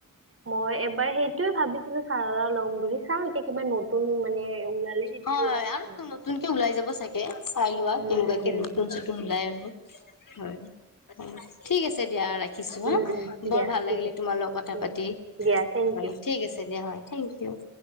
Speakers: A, on the right; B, on the left.
A: মই এইবাৰ সেইটোৱে ভাবিছিলো চাৰাৰা ল'ম বুলি চাওঁ এতিয়া কিবা নতুন মানে ওলালে তেতিয়া
B: হয়,
A: ল'ম
B: আৰু
A: নতুন
B: নতুনকে
A: কিবা
B: ওলাই যাব চাগে চাই লোৱা
A: উম
B: কেনেকুৱা
A: উম
B: কে নতুন চতুন ওলাই। হয়, অহ ঠিক আছে দিয়া ৰাখি খিছো হা
A: উম উম দিয়া
B: বৰ ভাল
A: ঠিক
B: লাগিলে
A: আছে
B: তোমাৰ লগত কথা
A: উম
B: পাতি
A: দিয়া থেংক
B: হয়
A: ইউ
B: ঠিক আছে দিয়া হয়। Thank U.